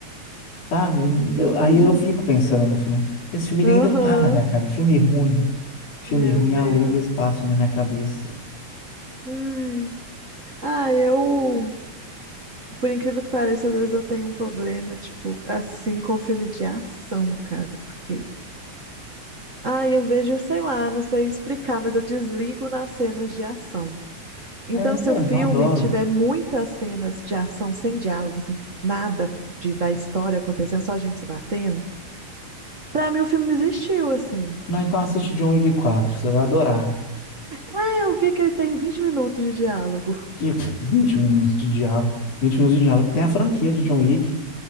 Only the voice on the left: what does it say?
sabe? Eu-
aí eu fico pensando no filme. Esse filme ele ainda
tá na minha cabeça. Filme ruim. Filme
ruim
aluga espaço na minha cabeça.
É mesmo,
eu adoro.
Não, então assiste John Wick quatro você vai adorar.
Que 20 minutos de diálogo. vinte minutos de diálogo. Tem a franquia de John Wick.